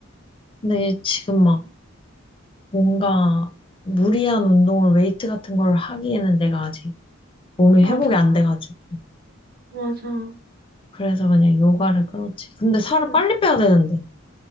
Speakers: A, on the left (about 25°); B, on the right (about 45°).
A: 근데 지금 막 뭔가 무리한 운동을 웨이트 같은 걸 하기에는 내가 아직 몸이
B: 맞아,
A: 회복이 안 돼가지고.
B: 맞아.
A: 그래서 그냥 요가를 끊었지. 근데 살을
B: 음,
A: 빨리 빼야 되는데.